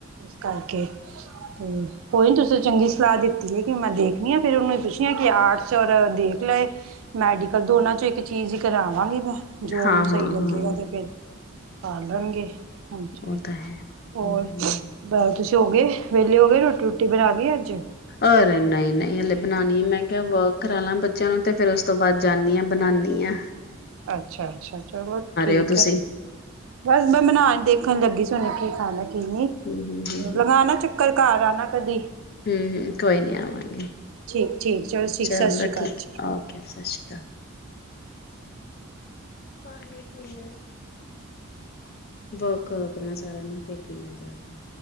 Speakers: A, on the right (about 70°); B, on the left (about 45°).
A: ਕਰਕੇ ਤੇ ਕੋਈ ਨੀ ਤੁਸੀਂ ਚੰਗੀ ਸਲਾਅ ਦੀ ਕੀ ਮੈਂ ਦੇਖਣੀ ਆ ਫੇਰ ਓਨੂੰ ਪੁੱਛੇਆ ਕੀ ਆਟਸ ਔਰ ਦੇਖ ਲਏ ਮੈਡੀਕਲ ਦੋਨਾਂ ਚੋਂ ਏਕ ਚੀਜ਼ ਈ ਕਰਾਵਾਂਗੀ ਮੈਂ ਜੋ
B: ਹਾਂ
A: ਓਨੂੰ ਸਈ
B: ਹਾਂ
A: ਲੱਗੇਗਾ
B: ਹਾਂ।
A: ਤੇ ਫੇਰ ਕਰ ਲੈਣਗੇ, ਹਾਂਜੀ
B: ਉਹ ਤਾਂ ਹੈ ਹੂੰ।
A: ਹੋਰ? ਬ ਤੁਸੀਂ ਹੋ ਗਏ ਵੇਲੇ ਹੋ ਗਏ ਰੋਟੀ-ਰੂਟੀ ਬਣਾ ਲੀ ਅੱਜ?
B: ਅਰੇ ਨਈ-ਨਈ ਹਲੇ ਬਣਾਣੀ ਏ ਮੈਂ ਕੇਆ ਵਾਕ ਕਰਾ ਲਾ ਬੱਚੇਆਂ ਨੂੰ ਤੇ ਫੇਰ ਓਸ ਤੋਂ ਬਾਦ ਜਾਂਨੀ ਆਂ ਬਨਾਨੀ ਆਂ।
A: ਅੱਛਾ ਛਾ ਚਲੋ ਠੀਕ
B: ਹੋ ਤੁਸੀਂ?
A: ਏ ਬਸ ਮੈਂ ਬਨਾਣ ਦੇਖਣ ਲੱਗੀ ਸੀ ਹੁਨੇ ਕੀ ਖਾਣਾ ਕੀ ਨਈ,
B: ਹੂੰ ਹੂੰ ਹੂੰ
A: ਲਗਾਣਾ ਚ ਕਰ ਘਰ ਆਨਾ ਕਦੀ।
B: ਹੂੰ-ਹੂੰ ਕੋਈ ਨੀ ਆਵਾਂਗੇ
A: ਠੀਕ ਠੀਕ ਚਲੋ ਠੀਕ
B: ਚਲ
A: ਸਤਿ ਸ਼੍ਰੀ ਅਕਾਲ
B: ਠੀਕ
A: ਜੀ
B: ਏ ਓਕੇ ਸਛੀ ਪਾਣੀ ਪੀਣਾ ਵਾਕ ਕਰੋ ਪੈਲਾਂ ਸਾਰਾ ਨਾਲ ਫੇਰ ਪੀ ਨਾ ਜਾ ਕੇ